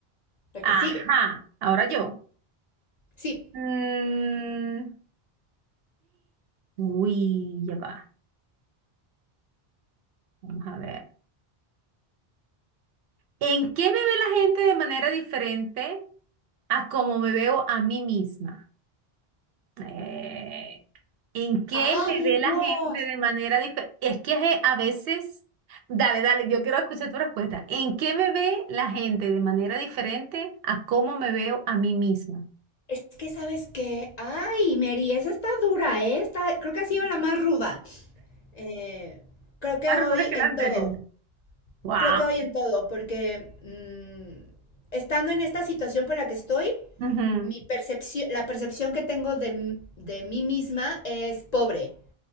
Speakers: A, on the left; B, on the right.
A: lo
B: Ajá.
A: que sigue.
B: Ahora yo.
A: Sí.
B: Mm, uy, ya va. Vamos a ver. ¿En qué me ve la gente de manera diferente a cómo me veo a mí misma? Eh, ¿en qué
A: ¡Ay,
B: me ve la
A: Dios!
B: gente de manera diferente? Es que aje- a veces, dale, dale, yo quiero escuchar tu respuesta. ¿En qué me ve la gente de manera diferente a cómo me veo a mí misma?
A: Es que sabes que, ay, Mary, esa está dura, ¿eh? Está- creo que ha sido la más ruda. Eh, creo que
B: Más
A: hoy
B: ruda que
A: en
B: la anterior.
A: todo.
B: Wow.
A: Creo que hoy en todo, porque mm, estando en esta situación por la que estoy,
B: Ujú.
A: mi percepción, la percepción que tengo de, m- de mí misma es pobre.